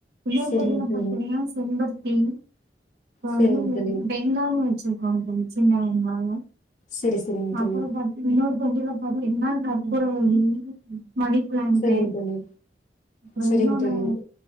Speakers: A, on the right; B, on the left.
A: இன்னொரு
B: செரிங்
A: தொட்டில
B: தோழி
A: பாத்தீங்கனா செம்பருத்தி இப்ப வந்து
B: செரிங் தோழி
A: பெங்காவு வச்சிருக்கோ தோழி சின்ன வெங்காய
B: சரி சரிங்க
A: அப்ற
B: தோழி
A: பாத் இன்னொரு பக்கத்ல பாத்திங்கனா கற்பூரவல்லி மணி பிளான்ட்டு
B: சரிங்க தோழி
A: அப்ற
B: சரிங்க
A: இன்னொன்னு
B: தோழி